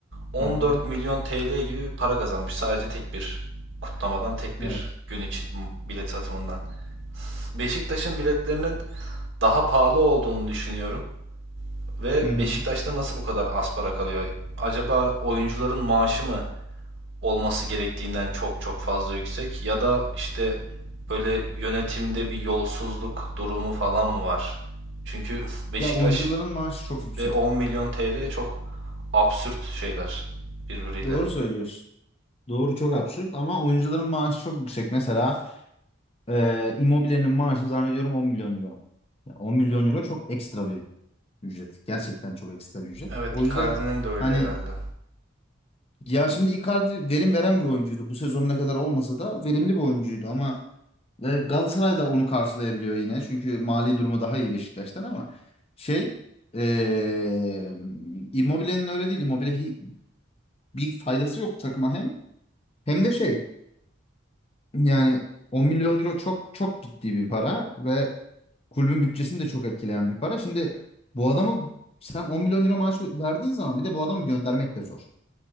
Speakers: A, on the right (about 65°); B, on the left (about 30°).
A: 14
B: Hı hı.
A: milyon TL gibi bir para kazanmış sadece tek bir kutlamadan tek bir
B: Evet.
A: gün için bilet satımından. Beşiktaş'ın biletlerinin daha pahalı olduğunu düşünüyorum. Ve
B: Hı hı.
A: Beşiktaş'ta nasıl bu kadar az para kalıyor? Acaba oyuncuların maaşı mı olması gerektiğinden çok çok fazla yüksek ya da işte böyle yönetimde bir yolsuzluk durumu falan mı var? Çünkü Beşiktaş
B: Ya oyuncuların maaşı çok yüksek.
A: ve 10 milyon TL çok absürt şeyler birbiriyle.
B: Doğru söylüyorsun. Doğru çok absürt ama oyuncuların maaşı çok yüksek. Mesela e, Immobile'nin maaşı zannediyorum 10 milyon euro. Ya 10 milyon euro çok ekstra bir ücret. Gerçekten çok ekstra bir ücret.
A: Evet
B: O
A: Icardi'nin
B: yüzden
A: de öyle
B: hani
A: herhalde.
B: ya şimdi Icardi verim veren bir oyuncuydu. Bu sezon ne kadar olmasa da verimli bir oyuncuydu ama ve Galatasaray da onu karşılayabiliyor yine. Çünkü mali durumu daha iyi Beşiktaş'tan ama şey e, Immobile'nin öyle değil. Immobile hi- bir faydası yok takıma hem. Hem de şey Yani 10 milyon euro çok çok ciddi bir para ve kulübün bütçesini de çok etkileyen bir para. Şimdi bu adamı sen 10 milyon euro maaş verdiğin zaman bir de bu adamı göndermek de zor.